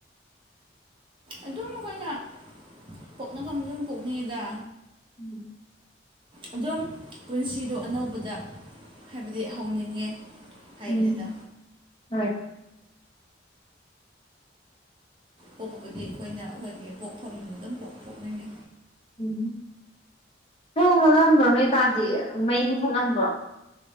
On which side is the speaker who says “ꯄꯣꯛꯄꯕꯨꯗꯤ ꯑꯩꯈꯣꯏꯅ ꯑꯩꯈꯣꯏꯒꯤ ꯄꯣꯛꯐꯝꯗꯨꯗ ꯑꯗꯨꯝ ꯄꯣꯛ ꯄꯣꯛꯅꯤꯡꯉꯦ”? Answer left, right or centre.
Right